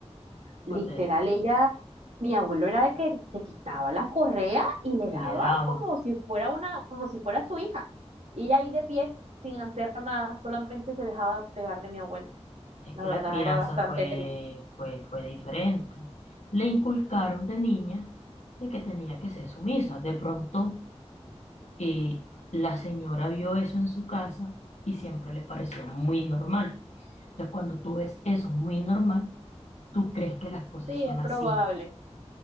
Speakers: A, on the right; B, on the left.
A: Literal,
B: O sea,
A: ella, mi abuelo era de que se quitaba la correa y le daba
B: y le daba.
A: como si fuera una, como si fuera su hija. Y ella ahí de pie, sin hacer nada, solamente se dejaba pegar de mi abuelo.
B: Es
A: La
B: que
A: verdad,
B: la crianza
A: era bastante
B: fue,
A: triste.
B: fue, fue diferente. Le inculcaron de niña de que tenía que ser sumisa. De pronto, eh, la señora vio eso en su casa y siempre le pareció muy normal. Entonces, cuando tú ves eso muy normal, tú crees que las cosas
A: Sí,
B: son
A: es probable.
B: así.